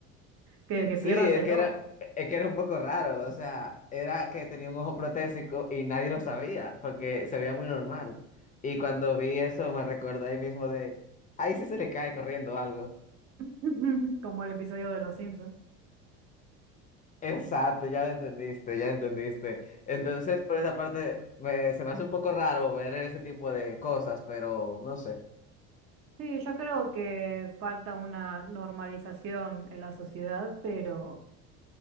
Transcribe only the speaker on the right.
que, que
pierdas
el
ojo,
<laughs> como el episodio de Los Simpsons.
Sí.
Sí, yo creo que falta una normalización en la sociedad, pero